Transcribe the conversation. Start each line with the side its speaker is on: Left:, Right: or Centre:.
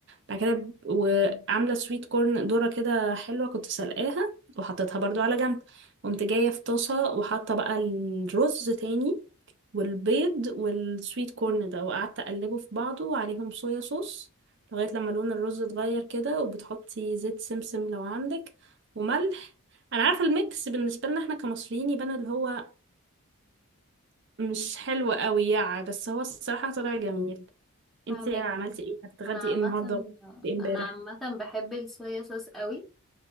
Right: بعد كده ب- وعاملة سويت كورن ذرة كده حلوة كنت سلقاها وحطيتها برضو على جنب قمت جاية في طاسة وحاطة بقى الرز تاني والبيض والسويت كورن ده وقعدت اقلبه في بعضه وعليهم صويا صوص لغاية لما لون الرز اتغير كده وبتحطي زيت سمسم لو عندك وملح انا عارفة الميكس بالنسبة لنا احنا كمصريين يبان اللي هو مش حلو قوي يعني بس هو الصراحة طلع جميل انت
Centre: فاهمك
Right: عملتي ايه هتتغدي
Centre: انا عامه
Right: ايه النهاردة وبتاكلي ايه امبارح
Centre: انا عامه بحب الصويا صوص قوي